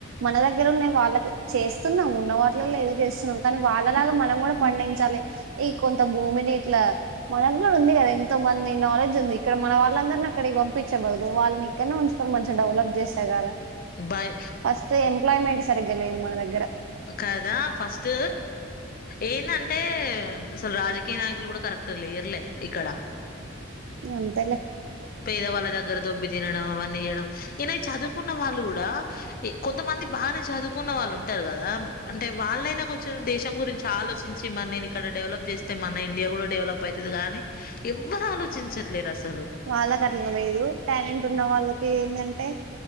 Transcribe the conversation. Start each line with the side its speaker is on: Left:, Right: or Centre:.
Right: మన దగ్గరే వాళ్ళ చేస్తున్నాం ఉన్న వాటిలలో చేస్తున్నాం కానీ వాళ్ళలాగా మనం కూడా పండించాలి ఈ కొంత భూమిని ఇట్లా మన కూడా ఉంది కదా ఎంతో మంది నాలెడ్జ్ ఉంది ఇక్కడ మన వాళ్ళందరిని అక్కడ పంపించె బదులు వాళ్ళని ఇక్కడనే ఉంచుకొని మంచి డెవలప్ చేసా కదా
Left: బయ
Right: ఫస్ట్ ఎంప్లాయ్మెంట్ సరిగ్గా లేదు మన దగ్గర
Left: కాదా ఫస్ట్ ఏనంత అంటే అసలు రాజకీయ నాయకులు కూడా కరెక్ట్ లే ఇర్లే ఇక్కడ
Right: అంతలే
Left: పేద వాళ్ళ దగ్గర దొబ్బి తినడం అవన్నీ చేయడం ఇలావి చదువుకున్న వాళ్ళు కూడా కొంతమంది మంది బానే చదువు కున్న వాళ్ళు ఉంటారు కదా అంటే వాళ్ళైనా కొంచెం దేశం గురించి ఆలోచించి మరి నేను ఇక్కడ డెవలప్ చేస్త అయితే మన ఇండియా కూడా డెవలప్ అవుతుది కాని ఎవరు ఆలోచించట్లేరు అసలు
Right: వాళ్లకు అట్లా లేదు టాలెంట్ ఉన్న వాళ్ళకి ఏందంటే